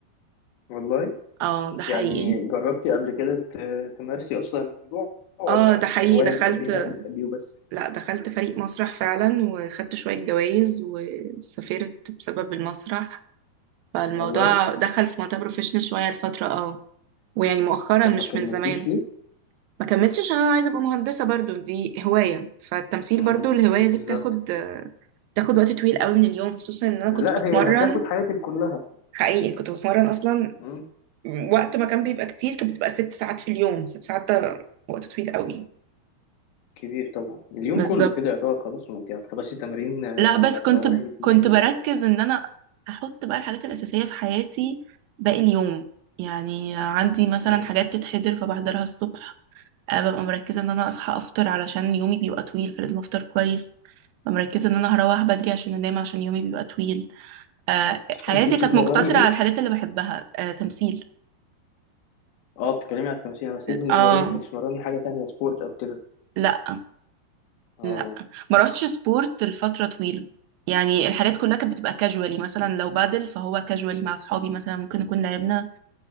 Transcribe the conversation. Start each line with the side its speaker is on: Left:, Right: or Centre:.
Left: والله
Right: اه ده حقيقي
Left: يعني جربتي قبل كده ت- تمارسي اصلا الموضوع ولا
Right: اه ده حقيقي
Left: كهواية
Right: دخلت
Left: بتحبيها بتحبيه بس
Right: لا دخلت فريق مسرح فعلا وخدت شوية جوائز وسافرت بسبب المسرح فالموضوع
Left: والله
Right: دخل في منطقة بروفيشنال شوية لفترة اه ويعني مؤخرا
Left: طب
Right: مش
Left: ما كملتيش
Right: من زمان
Left: فيه
Right: ما كملتش عشان انا عايزه ابقى مهندسه برضو دي هوايه فالتمثيل
Left: مم.
Right: برضو الهوايه
Left: بالظبط
Right: دي بتاخد آه، بتاخد وقت طويل قوي من اليوم خصوصا ان انا كنت
Left: لا
Right: بتمرن
Left: هي هتاخد حياتك كلها
Right: حقيقي كنت بتمرن اصلا
Left: مم.
Right: وقت ما كان بيبقى كتير كانت بتبقى ست ساعات في اليوم ست ساعات ده وقت طويل قوي
Left: كبير طبعا اليوم
Right: بالظبط
Left: كله كده يعتبر خلاص ما انت هتخلصي تمرين آه،
Right: لا
Left: وهتروحي
Right: بس كنت
Left: تنامي
Right: كنت بركز
Left: ولا بتاع
Right: ان انا احط بقى الحاجات الاساسيه في حياتي باقي اليوم يعني عندي مثلا
Left: مم.
Right: حاجات تتحضر فبحضرها الصبح آه، ببقى مركزة ان انا اصحى افطر علشان يومي بيبقى طويل فلازم افطر كويس ببقى مركزة ان انا هروح بدري عشان انام عشان يومي بيبقى طويل آه،
Left: بس
Right: حياتي
Left: كنت بتتمرني
Right: كانت مقتصرة على
Left: ايه؟
Right: الحاجات اللي بحبها آه، تمثيل
Left: اه بتتكلمي على التمثيل بس كنت بتتمرني
Right: اه
Left: كنت بتتمرني حاجة تانية سبورت او كده
Right: لا
Left: اه
Right: لا ما روحتش سبورت لفترة طويلة يعني الحاجات كلها كانت بتبقى كاجوالي مثلا لو بادل فهو كاجوالي مع اصحابي مثلا ممكن نكون لعبنا